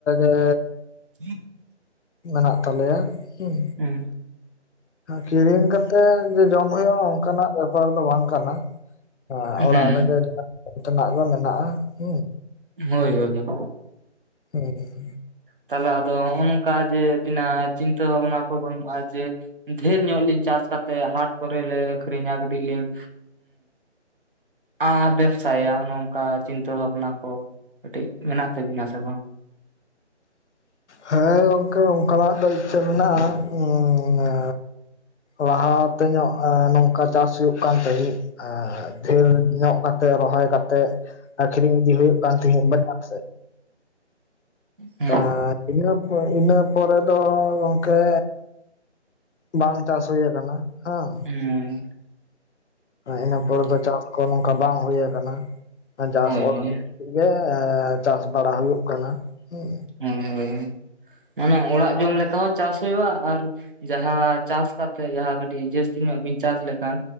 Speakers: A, on the left; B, on the right.
A: ᱨᱮᱜᱮ
B: ᱪ <inaudible>
A: ᱢᱮᱱᱟᱜ ᱛᱟᱞᱮᱭᱟ ᱦᱩᱸ
B: ᱦᱩᱸ
A: ᱠᱤᱨᱤᱧ ᱠᱟᱛᱮᱜ ᱡᱮ ᱡᱚᱢ ᱦᱩᱭᱩᱜᱼᱟ ᱚᱱᱠᱟᱱᱟᱜ ᱵᱮᱯᱟᱨ ᱫᱚ ᱵᱟᱝ ᱠᱟᱱᱟ ᱦᱟᱸ ᱚᱲᱟᱜ
B: ᱦᱩᱸ
A: ᱨᱮᱜᱮ ᱡᱚᱛᱷᱚ ᱱᱟᱜ ᱜᱮ ᱢᱮᱱᱟᱜᱼᱟ ᱦᱩᱸ
B: ᱦᱳᱭ ᱦᱳᱭ ᱦᱳᱭ
A: ᱦᱮᱸ
B: ᱛᱟᱞᱦᱮ ᱟᱫᱚ ᱦᱚᱸᱜᱼᱚᱭ ᱱᱚᱝᱠᱟ ᱡᱮ ᱟᱹᱵᱤᱱᱟᱜ ᱪᱤᱱᱛᱟᱹ ᱵᱷᱟᱵᱱᱟ ᱠᱚ ᱵᱟᱹᱱᱩᱜᱼᱟ ᱡᱮ ᱰᱷᱮᱨ ᱧᱚᱜ ᱞᱤᱧ ᱪᱟᱥ ᱠᱟᱛᱮᱜ ᱦᱟᱴ ᱠᱚᱨᱮ ᱞᱮ ᱟᱹᱠᱷᱨᱤᱧᱟ ᱠᱟᱹᱴᱤᱡ ᱞᱤᱧ ᱟᱨ ᱵᱮᱵᱥᱟᱭᱟ ᱚᱱᱮ ᱱᱚᱝᱠᱟ ᱪᱤᱱᱛᱟᱹ ᱵᱷᱟᱵᱽᱱᱟ ᱠᱚ ᱠᱟᱹᱴᱤᱡ ᱢᱮᱱᱟᱜ ᱛᱟᱹᱵᱤᱱᱟ ᱥᱮ ᱵᱟᱝ
A: ᱦᱮᱸ ᱜᱚᱝᱠᱮ ᱚᱱᱠᱟᱱᱟᱜ ᱫᱚ ᱤᱪᱪᱷᱟᱹ ᱢᱮᱱᱟᱜᱼᱟ ᱩᱻᱮᱻ ᱞᱟᱦᱟᱛᱮ ᱧᱚᱜ ᱱᱚᱝᱠᱟ ᱪᱟᱥ ᱦᱩᱭᱩᱜ ᱠᱟᱱ ᱛᱟᱦᱮᱸᱜ ᱦᱮᱸ ᱦᱮᱸ ᱰᱷᱮᱨ ᱧᱚᱜ ᱠᱟᱛᱮᱫ ᱨᱚᱦᱚᱭ ᱠᱟᱛᱮᱜ ᱟᱹᱠᱷᱨᱤᱧ ᱤᱫᱤ ᱦᱩᱭᱩᱜ ᱠᱟᱱ ᱛᱟᱦᱮᱫ ᱵᱟᱡᱟᱨ ᱥᱮᱫ
B: ᱦᱩᱸ
A: ᱟᱨ ᱤᱱᱟᱹ ᱤᱱᱟᱹ ᱯᱚᱨᱮ ᱫᱚ ᱜᱚᱢᱠᱮ ᱵᱟᱝ ᱪᱟᱥ ᱦᱩᱭ ᱟᱠᱟᱱᱟ ᱦᱮᱸ
B: ᱦᱩᱸᱭ
A: ᱤᱱᱟᱹ ᱯᱚᱨᱮ ᱫᱚ ᱪᱟᱥ ᱠᱚ ᱱᱚᱝᱠᱟ ᱵᱟᱝ ᱦᱩᱭ ᱟᱠᱟᱱᱟ ᱪᱟᱥ
B: ᱦᱳᱭ
A: ᱚᱛ
B: ᱦᱳᱭ
A: ᱜᱮ ᱪᱟᱥ ᱵᱟᱲᱟ ᱦᱩᱭᱩᱜ ᱠᱟᱱᱟ ᱦᱩᱸ
B: ᱦᱩᱸᱻ ᱦᱚᱭ ᱦᱚᱭ ᱚᱱᱮ ᱚᱲᱟᱜ ᱡᱚᱢ ᱞᱮᱠᱟ ᱦᱚᱸ ᱪᱟᱥ ᱦᱩᱭᱩᱜᱼᱟ ᱟᱨ ᱡᱟᱦᱟᱸ ᱪᱟᱥ ᱠᱟᱛᱮᱜ ᱡᱟᱦᱟᱸ ᱠᱟᱹᱴᱤᱡ ᱡᱟᱹᱥᱛᱤ ᱧᱚᱜ ᱵᱤᱱ ᱪᱟᱥ ᱞᱮᱠᱷᱟᱱ